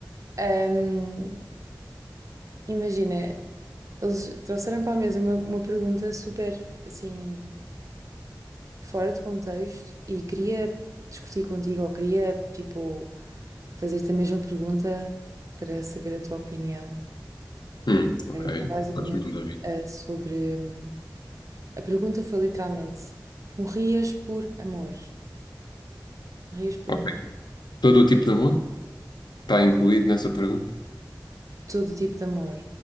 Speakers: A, on the right; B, on the left.
A: Ahm, imagina, eles trouxeram para a mesa uma, uma pergunta super, assim, fora de contexto e queria discutir contigo ou queria, tipo, fazer-te a mesma pergunta para saber a tua opinião.
B: Hum,
A: Eh,
B: ok.
A: Foi basicamente,
B: Podes me mandar aí.
A: eh, sobre... hum, A pergunta foi literalmente, morrias por amor? Morrias por
B: Ok.
A: amor?
B: Todo o tipo de amor está incluído nessa pergunta?
A: Todo tipo de amor.